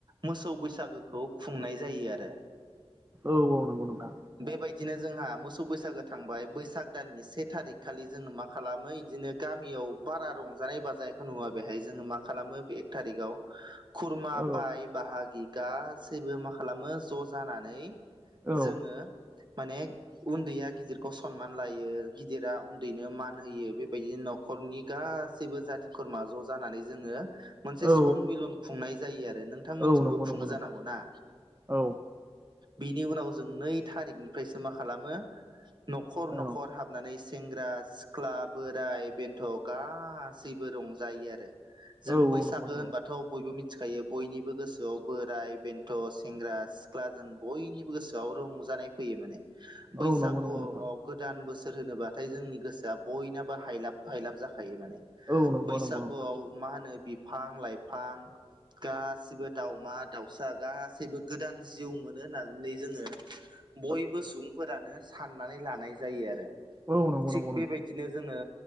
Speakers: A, on the right; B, on the right.
A: मोसौ बैसागोखौ खुंनाय जायो आरो।
B: औ औ नंगौ नोंथां।
A: बेबायदिनो जोंहा मोसौ बैसागो थांबाय बैसाग दाननि से थारिख खालि जोङो माखासे खालामो बिदिनो गामियाव बारा रंजानाय बाजानायखौ नुवा बेहाय जोङो मा खालामो बे एक थारिकाव खुरमा
B: औ
A: बाय बाहागि गासैबो मा खालामो ज' जानानै
B: औ
A: जोङो माने उन्दैया गिदिरखौ सनमान लायो गिदिरा उन्दैनो मान होयो बेबायदिनो न'खरनि गासैबो जाथि खुरमा ज' जानानै जोङो मोनसे
B: औ
A: सनमिलन खुंनाय जायो आरो नोंथांमोनसिजोंबो
B: औ नंगौ नंगौ
A: खुंनो
B: नोंथां
A: जानांगौ ना
B: औ
A: बेनि उनाव जों नै थारिखनिफ्रायसो मा खालामो न'खर
B: औ
A: न'खर हाब ाबनानै सेंग्रा सिख्ला बोराय बेन्थ' गासैबो रंजायो आरो जों
B: औ औ
A: बैसागो
B: नंगौ नंगौ
A: होनबाथाय थ बयबो मिथिखायो बयनिबो गोसोआव बोराय बेन्थ' सेंग्रा सिख्ला जों बयनिबो गोसोआव रंजानाय फैयो माने बैसागुआव
B: औ नंगौ नंगौ नोंथां
A: गोदान बोसोर होनोबाथाय जोंनि गोसो दा बयनाबो हायलाब हायलाब जाखायो माने
B: औ नंगौ
A: बैसागुआव
B: नंगौ नोंथां
A: मा होनो बिफां लाइफां गासिबो दाावमा दाउसा गासैबो गोदान जिउ मोनो होननानै जोङो
B: <inaudible>
A: बयबो सुबुंफोरानो साननानै लानाय जायो आरो
B: औ नंगौ
A: थिग
B: नोंथां नंगौ
A: बेबायदिनो जोङो